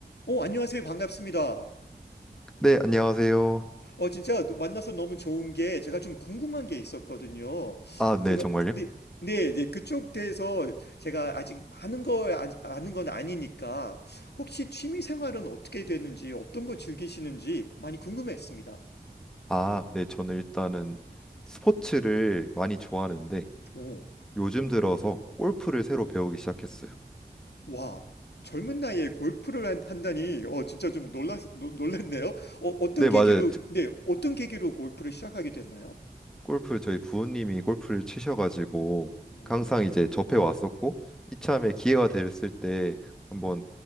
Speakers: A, on the left (about 80°); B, in the centre.
A: 어, 안녕하세요. 반갑습니다.
B: 네, 안녕하세요.
A: 어, 진짜 만나서 너무 좋은 게 제가 좀 궁금한 게 있었거든요.
B: 아, 네,
A: 제가,
B: 정말요?
A: 네, 네, 네, 그쪽 대해서 제가 아직 많은 걸 아, 아는 건 아니니까 혹시 취미 생활은 어떻게 되는지, 어떤 거 즐기시는지 많이 궁금했습니다.
B: 아, 네, 저는 일단은 스포츠를 많이 좋아하는데
A: 오,
B: 요즘 들어서 골프를 새로 배우기 시작했어요.
A: 와, 젊은 나이에 골프를 한, 한다니, 어, 진짜 좀 놀랐, 놀- 놀랐네요. 어, 어떤
B: 네,
A: 계기로,
B: 맞아요.
A: 네, 어떤 계기로 골프를 시작하게 됐나요?
B: 골프 저희 부모님이 골프를 치셔가지고
A: 오.
B: 항상 이제 접해 왔었고 이참에 기회가 됐을 때 한번